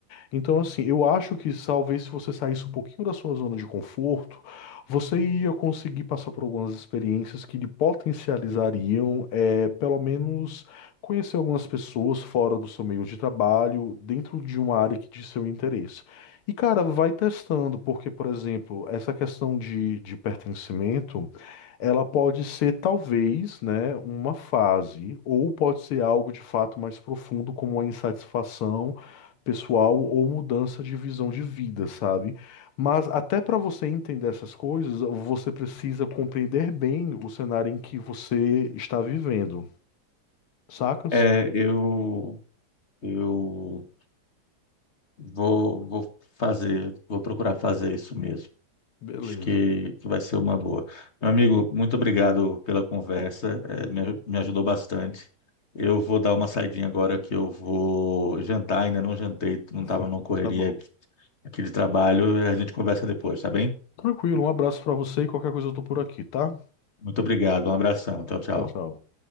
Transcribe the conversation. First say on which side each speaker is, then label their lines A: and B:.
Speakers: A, on the left; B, on the left.
A: Então, assim, eu acho que talvez se você saísse um pouquinho da sua zona de conforto, você ia conseguir passar por algumas experiências que lhe potencializariam, é, pelo menos, conhecer algumas pessoas fora do seu meio de trabalho, dentro de uma área que de seu interesse. E, cara, vai testando, porque, por exemplo, essa questão de, de pertencimento, ela pode ser, talvez, né, uma fase, ou pode ser algo de fato mais profundo, como a insatisfação pessoal ou mudança de visão de vida, sabe? Mas até para você entender essas coisas, você precisa compreender bem o cenário em que você está vivendo, sacas?
B: É, eu eu vou, vou fazer, vou procurar fazer isso mesmo.
A: Beleza.
B: Acho que, que vai ser uma boa. Meu amigo, muito obrigado pela conversa, eh, me, aju- me ajudou bastante. Eu vou dar uma saidinha agora que eu vou jantar, ainda não jantei, não
A: <laughs>
B: estava numa correria
A: Tá bom.
B: aqui, aqui de trabalho, a gente conversa depois, tá bem?
A: Tranquilo, um abraço para você e qualquer coisa eu tô por aqui, tá?
B: Muito obrigado, um abração, tchau, tchau.
A: Tchau, tchau.